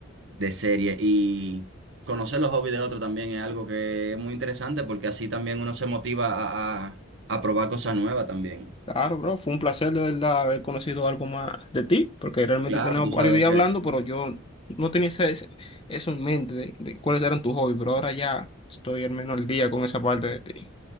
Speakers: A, on the right (about 65°); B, on the left (about 25°).
A: de serie y conocer los hobbies de otro también es algo que es muy interesante porque así también uno se motiva a, a- a probar cosas nuevas también.
B: Claro, bro, fue un placer de verdad haber conocido algo más de ti, porque realmente
A: Claro,
B: tenemos
A: tú
B: varios
A: sabes
B: días
A: que...
B: hablando, pero yo no tenía ese- ese- eso en mente de, de cuáles eran tus hobbies, pero ahora ya estoy al menos al día con esa parte de ti.